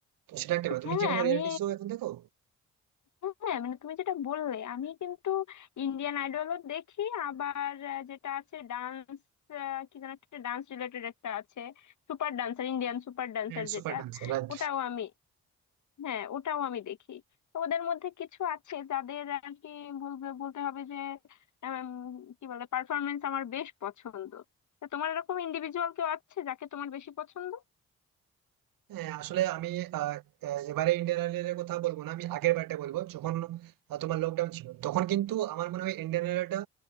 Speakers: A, on the right; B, on the left.
A: তো সেটা একটা ব্যাপার।
B: হ্যাঁ
A: তুমি কি কোনো
B: আমি
A: রিয়েলিটি শো এখন দেখো?
B: হ্যাঁ মানে তুমি যেটা বললে আমি কিন্তু ইন্ডিয়ান আইডলও দেখি আবার আহ, যেটা আছে ডান্স কি যেন একটা ডান্স রিলেটেড একটা আছে super dancer Indian super dancer
A: হ্যাঁ সুপার
B: যেটা
A: ডান্সার রাইট
B: ওটাও আমি হ্যাঁ ওটাও আমি দেখি তো ওদের মধ্যে কিছু আছে যাদের আর কি বলবে বলতে হবে যে উম, কি বলে পারফরমেন্স আমার বেশ পছন্দ তো তোমার এরকম ইন্ডিভিজুয়াল কেউ আছে যাকে তোমার বেশি পছন্দ
A: হ্যাঁ আসলে আমি আহ, আহ, এবারে ইন্ডিয়ান আইডলের কথা বলবো না আমি আগের বারটা বলবো যখন আহ, তোমার লকডাউন ছিল তখন কিন্তু আমার মনে হয় ইন্ডিয়ান আইডলটা